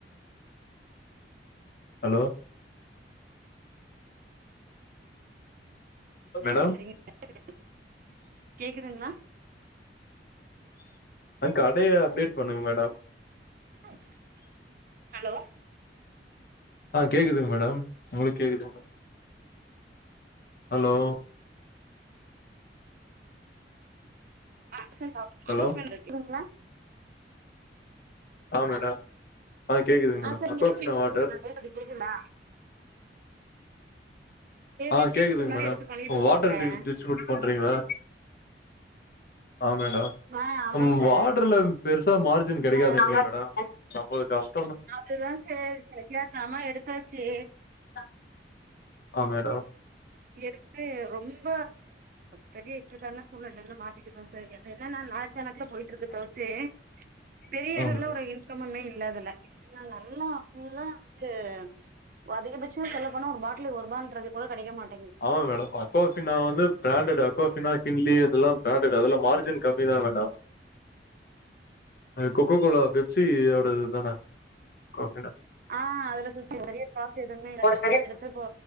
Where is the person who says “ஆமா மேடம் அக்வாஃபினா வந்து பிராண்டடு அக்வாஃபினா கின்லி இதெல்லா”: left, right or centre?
Left